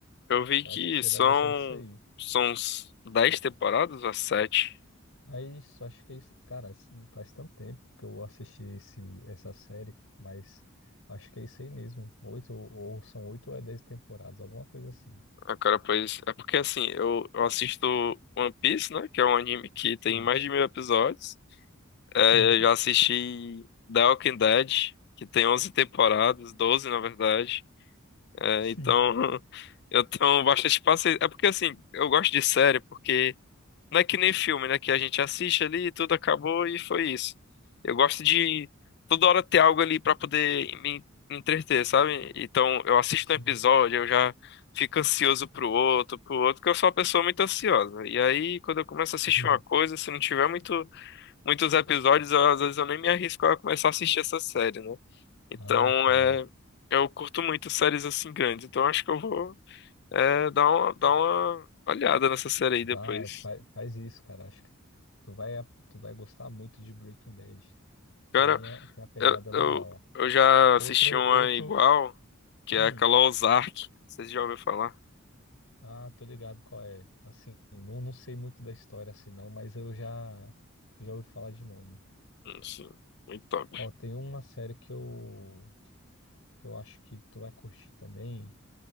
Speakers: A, on the left; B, on the left.
A: Eu vi
B: Eu
A: que
B: acho que você
A: são,
B: vai gostar disso aí.
A: são uns 10 temporadas ou 7
B: Aí, só acho que, é isso- cara, isso faz tanto tempo que eu assisti esse, essa série, mas acho que é isso aí mesmo. Oito, ou ou são oito ou é dez temporadas, alguma coisa assim.
A: Ah, cara, pois é porque assim, eu, eu assisto One Piece, né? Que é um anime que
B: Sim.
A: tem mais de mil episódios. É,
B: Hum,
A: eu já assisti The Walking Dead, que tem 11 temporadas, 12 na verdade. É,
B: Sim.
A: então <laughs> eu tenho bastante paciência. É porque assim, eu gosto de série porque. Não é que nem filme, né? Que a gente assiste ali, tudo acabou e foi isso. Eu gosto de toda hora ter algo ali pra poder me, me entreter, sabe? Então eu assisto
B: Sim.
A: um episódio, eu já fico ansioso pro outro, pro outro, porque eu sou uma pessoa muito ansiosa. E aí, quando eu começo a assistir
B: <laughs>
A: uma coisa, se não tiver muito, muitos episódios, eu- às vezes eu nem me arrisco a começar a assistir essa série, né? Então,
B: Ah, cara,
A: é, eu curto muito séries assim grandes. Então acho que eu vou, é, dar uma, dar uma olhada nessa série aí
B: vai,
A: depois.
B: faz, faz isso, cara. Acho que tu vai, tu vai gostar muito de Breaking Bad.
A: Cara,
B: Tem a, tem a pegada
A: Eu, eu,
B: legal, ó.
A: eu já
B: Outra,
A: assisti uma
B: outro.
A: igual, que
B: Hum.
A: é aquela Ozark. Vocês já ouviram falar?
B: Ah, tô ligado qual é. Assim, não, não sei muito da história assim, não, mas eu já, já ouvi falar de nome.
A: Hum, Sim, muito top.
B: Ó, tem uma série que eu, que eu acho que tu vai curtir também,